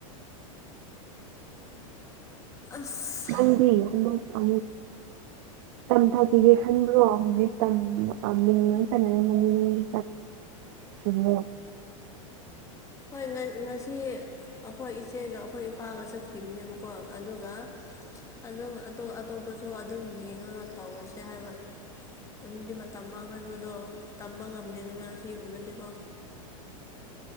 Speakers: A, on the left; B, on the right.
A: ꯑꯁ
B: ꯅꯗꯤ ꯑꯗ ꯑ ꯇꯝꯊꯥꯈꯤꯒꯦ ꯈꯟꯕ꯭ꯔꯣ ꯍꯧꯖꯤꯛ ꯃꯤ ꯂꯣꯏ ꯇꯅꯔꯝꯕꯅꯤꯒꯤ ꯁꯤꯃ
A: ꯍꯣꯏ ꯉꯁꯤ ꯑꯩꯈꯣꯏ ꯏꯆꯦꯒ ꯑꯩꯈꯣꯏ ꯏꯄꯥꯒ ꯆꯠꯈꯤꯕꯅꯦꯕꯀꯣ ꯑꯗꯨꯒ ꯑꯗꯨꯝꯇꯣꯞ ꯑꯇꯣꯞꯄꯁꯨ ꯑꯗꯨꯝ ꯌꯦꯡꯉꯒ ꯇꯧꯔꯁꯦ ꯍꯥꯏꯕ ꯑꯗꯨꯗꯤ ꯃꯇꯝ ꯃꯥꯡꯍꯟꯕꯗꯣ ꯇꯝꯕ ꯉꯝꯗꯦꯗꯅ ꯁꯤ ꯑꯣꯏꯕꯗꯤꯀꯣ